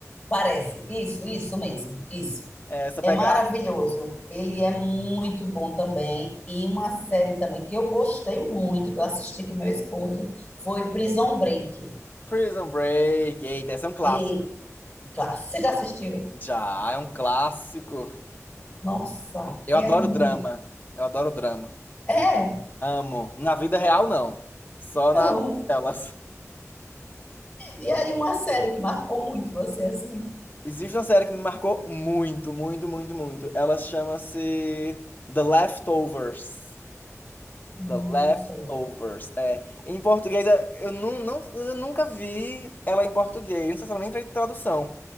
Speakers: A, on the left; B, on the left.
A: Parece. Isso, isso mesmo. Isso.
B: É essa
A: É
B: pegada.
A: maravilhoso. Ele é muito bom também. E uma série também que eu gostei muito, que eu assisti com meu esposo, foi Prison Break.
B: Prison Break, eita, esse é um clássico.
A: E, claro, você já assistiu?
B: Já, é um clássico.
A: Nossa,
B: Eu
A: é
B: adoro
A: muito.
B: drama. Eu adoro drama.
A: É,
B: Amo. Na vida real, não. Só
A: não.
B: nas telas.
A: E aí, uma série que marcou muito você, assim?
B: Existe uma série que me marcou muito, muito, muito, muito. Ela chama-se The Leftovers.
A: Hum,
B: The Leftovers.
A: Não sei.
B: É. Em português, é- eu, nu- não, eu nunca vi ela em português. Não sei se ela nem tem tradução.